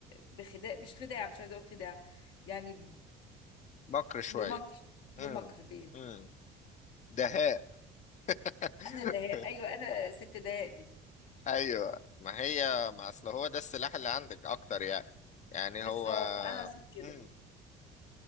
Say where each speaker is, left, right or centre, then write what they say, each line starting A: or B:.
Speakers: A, on the left; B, on the left.
A: بخداع مش خداع مش عايزة اقول خداع يعني
B: بكر شوية
A: بمكر بمكر
B: امم
A: بيه
B: دهاء <laughs>
A: انا دهاء ايوه انا ست دهاء دي
B: ايوه ما هي ما اصل هو ده السلاح اللي عندك اكتر يعني يعني
A: بالظبط
B: هو
A: انا صوت كده
B: مم.